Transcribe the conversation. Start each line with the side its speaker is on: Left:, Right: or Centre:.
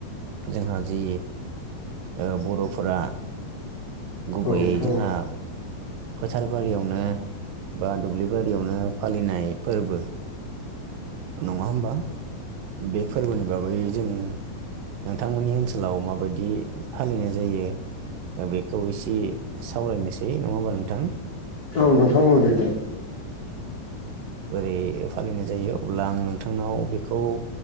Right: जोंहा जि ओ बर'फोरा गुबैयै
Left: औ नोंथां
Right: जोंहा
Left: औ
Right: फोथार बारियावनो बा दुब्लि बारियावनो फालिनाय फोरबो। नङा होमबा बे फोरबोनि बागै जों नोंथांमोननि ओनसोलाव माबायदि फालिनाय जायो ओ बे खौ इसे सावरायनोसै नङा होमबा नोंथां?
Left: औ नोंथां औ दे दे।
Right: बोरै फालिनाय जायो अब्ला आं नोंथांनाव बेखौ